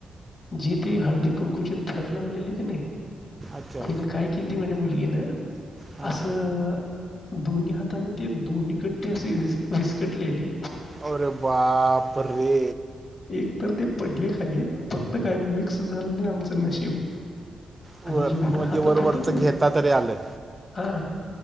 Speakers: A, on the left; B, on the right.
A: जी ती हळदी कुंकुची थर लावली की नय
B: अच्छा
A: हिन काय केल ती माझी मुलगी न
B: हां
A: असं दोन्ही हाताने ते दोन्ही गट्टे असे वीस विस्कटलेले
B: अरे बाप! परे.
A: एक तर ती पडली खाली फक तर काही मिक्स झालं नाही आमचं नशीब
B: वर
A: आणि जेवढं
B: म्हणजे
A: हातात
B: वरवरचं
A: होत का नाही
B: घेता तरी आलं.
A: हा